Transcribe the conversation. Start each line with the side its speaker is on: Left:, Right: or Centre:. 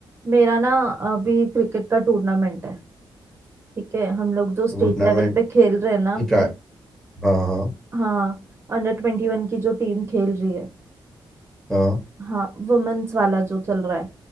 Right: मेरा ना अभी क्रिकेट का टूर्नामेंट है ठीक है हम लोग जो स्टेट
Centre: टूर्नामेंट
Right: लेवल पे खेल रहे हैं ना अभी
Centre: की प्रा... हाँ हाँ
Right: हाँ अंडर ट्वेंटी वन की जो टीम खेल रही है
Centre: हाँ
Right: हाँ वुमेन्स वाला जो चल रहा है